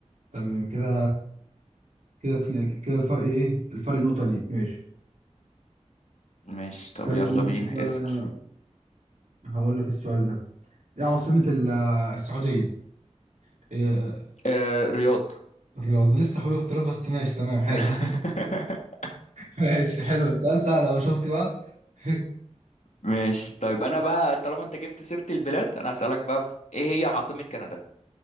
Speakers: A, on the right (about 80°); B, on the left (about 75°).
A: تمام كده كده اتنين- كده الفرق ايه الفرق نقطة ليك ماشي
B: ماشي طب
A: طيب
B: يلا بينا
A: آه،
B: اسأل
A: هقول لك السؤال ده ايه عاصمة ال- آه، السعودية إيه آه،
B: آه رياض
A: الرياض ما لسه حلو اختلاف بس ماشي تمام حلو
B: <laughs>
A: <laughs> ماشي حلو سؤال سهل لو شفت بقى <laughs>
B: ماشي طيب انا بقى طالما انت جبت سيرة البلاد انا هسألك بقى في ايه هي عاصمة كندا